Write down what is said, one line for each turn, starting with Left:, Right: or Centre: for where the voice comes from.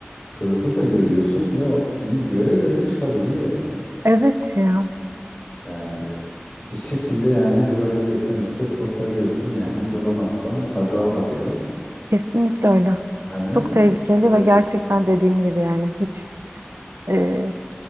Left: Hızlı da geliyorsun ve o seni göre göre çıkabiliyor yani.
Right: Evet ya,
Left: Yani bir şekilde yani durabilirsen işte kurtarıyorsun yani <laughs> duramazsan kaza oluyor.
Right: kesinlikle öyle.
Left: Hani
Right: Çok tehlikeli
Left: e,
Right: ve gerçekten dediğin gibi yani hiç e,